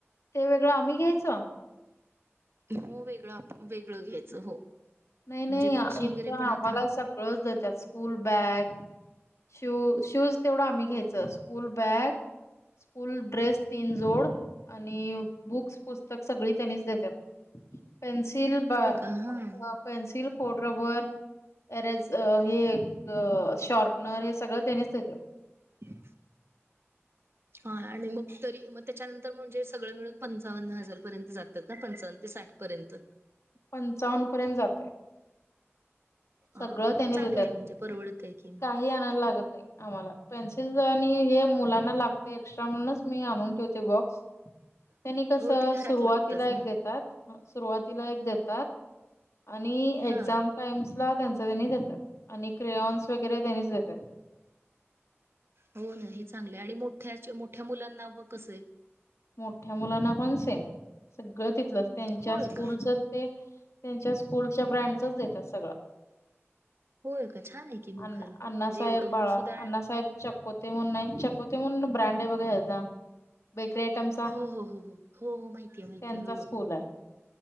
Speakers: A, on the left; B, on the right.
A: ते वेगळं आम्ही घ्यायचं.
B: हो वेगळं, आपन वेगळं घ्यायचं हो.
A: नाही नाही
B: म्हणजे बुक्स
A: आ इथं
B: वगैरे पण
A: आम्हाला
B: आता
A: सगळंच देत्यात, स्कूल बॅग शू शूज तेवढं आम्ही घ्यायचं. स्कूल बॅग, स्कूल ड्रेस तीन जोड आणि बुक्स पुस्तक सगळी त्यांनीच देत्यात. पेन्सिल बा
B: अ हां.
A: अ पेन्सिल, खोडरबर एरज अह हे अह शार्पनर सगळं त्यानीच देतातं.
B: तेच. हा आणि मग तरी मग त्याच्यानंतर म्हणजे सगळं मिळून पंचावन्न हजार पर्यंत जातात ना, पंचावन्न ते साठ पर्यंत.
A: पंचावन्न पर्यंत जातय.
B: हा
A: सगळं
B: नाही मग
A: त्यानी
B: चांगलं
A: देत्यात.
B: आहे म्हणजे परवडत आहे की
A: काही आणायला लागत नाही आम्हाला. पेन्सिल आणि हे मुलांना लागतय एक्स्ट्रा म्हणूनच मी आणून ठेवते बॉक्स.
B: <inaudible>
A: त्यांनी कसं
B: ते घरात
A: सुरुवातीला
B: लागतच ना
A: एक देतात सुरुवातीला एक देतात आणि
B: हा
A: एक्झाम टाईम्सला त्यांच त्यांनी देतात आणि क्रेयॉन्स वगैरे त्यांनीच देतात.
B: हो ना, हे चांगलं हाय आणि मोठ्याच्या मोठ्या मुलांना मग कसंय?
A: मोठ्या मुलांना पण सेम सगळं तिथलं. त्यांच्या
B: होय
A: स्कूलच
B: का
A: ते तेंच्या स्कूलच्या ब्रँडचच देतात सगळं.
B: होय का छान आहे की मग
A: अन्ना
B: खरं म्हणजे
A: अण्णासाहेब
B: एवढं होऊन
A: बाळा,
B: सुद्धा
A: अण्णासाहेब
B: आणि
A: चकोते म्हणून हाय, चकोते म्हणून ब्रँड हाय बघा ह्याचा बेकरी आयटमस
B: हो हो हो हो हो हो माहितीय आहे. माहिती
A: त्यांचा
B: आहे हो.
A: स्कूल आहे